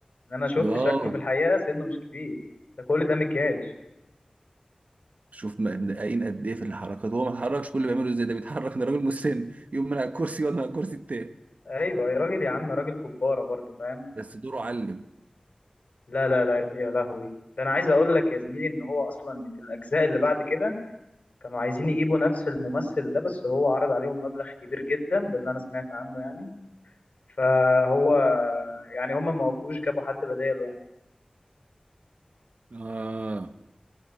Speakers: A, on the left; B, on the right.
A: إن أنا شفت
B: واه
A: شكله في الحقيقة سنه مش كبير ده كل ده مكياج
B: شوف ما مدققين قد ايه في الحركات هو ما اتحركش كل اللي بيعمله ازاي ده بيتحرك ده راجل مسن يقوم من على الكرسي يقعد من على الكرسي التاني
A: أيوة يا راجل يا عم راجل كبارة برضو فاهم
B: بس دوره علم
A: لا لا لا يا لهوي ده أنا عايز أقول لك يا زميلي إن هو أصلا في الأجزاء اللي بعد كده كانوا عايزين يجيبوا نفس الممثل ده بس هو عرض عليهم مبلغ كبير جدا ده اللي انا سمعت عنه يعني فهو يعني هم ما وافقوش جابوا حد بداله يعني
B: اه